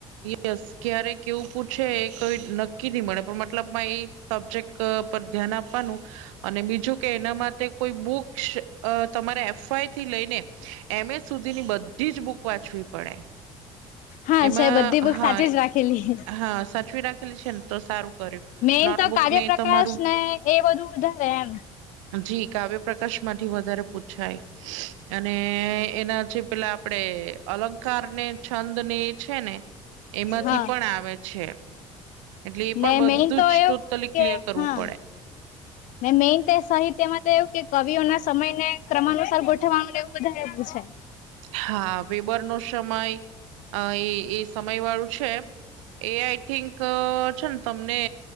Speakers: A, on the right (about 75°); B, on the left (about 55°).
A: યસ ક્યારે કેવું પૂછે એ કઈ નક્કી નહી મળે પણ મતલબમાં એ સબ્જેક્ટ પર ધ્યાન આપવાનું. અને બીજું કે એના માટે કોઈ બુકસ અ તમારે એફઆઈ થી લઈને. એમ સ સુધીની બધી જ બુક વાંચવી પડે.
B: હા
A: એમાં
B: છે બધી બુક
A: હા
B: સાચી જ રાખેલી
A: હા સાચવી રાખ છે ને તો સારું કર્યું
B: મેઈન
A: નોટબુક
B: તો કાવ્ય
A: ને
B: પ્રકાશ
A: તમારું
B: ને એ બધું વધારે એમ
A: જી કાવ્ય પ્રકાશ માંથી વધારે પૂછાય અને એ એનાથી પેલા આપડે અલંકાર ને છંદ ને છે ને એમાંથી
B: હા
A: પણ આવે છે. એટલે એ પણ
B: ને
A: બધું
B: મેઈન તો
A: જ ટોટલી
B: એવું હોય
A: ક્લિયર
B: કે
A: કરવું
B: હા
A: પડે‌.
B: ને મેઈન તો સાહિત્યમાં તો એવું કે કવિઓના સમય ને ક્રમાકસર ગોઠવાનું એવું વધારે એવું છે.
A: હા વેબરનો સમય અ એ એ સમય વાળું છે. એ આઈ થિંક છે ને તમને